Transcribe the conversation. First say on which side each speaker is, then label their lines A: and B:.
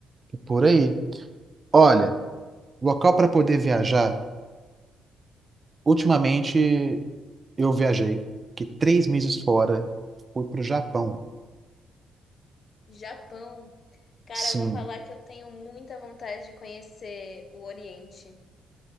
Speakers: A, on the right; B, on the left.
A: por aí. Olha, local para poder viajar. Ultimamente eu viajei, fiquei três meses fora, fui pro Japão.
B: Japão. Cara,
A: Sim.
B: eu vou falar que eu tenho muita vontade de conhecer o Oriente.